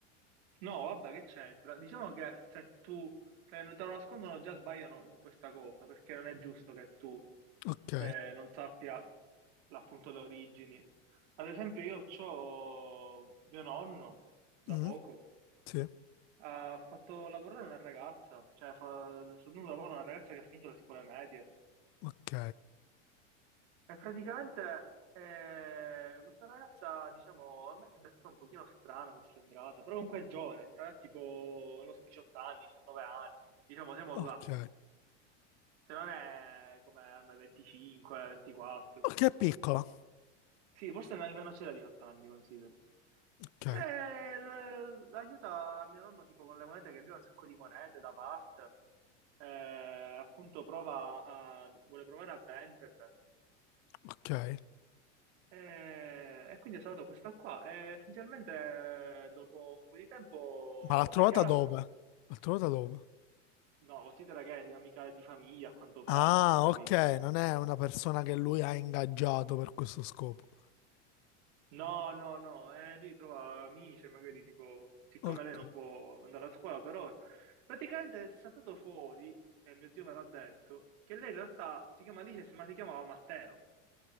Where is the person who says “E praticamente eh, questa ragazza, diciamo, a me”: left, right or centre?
Right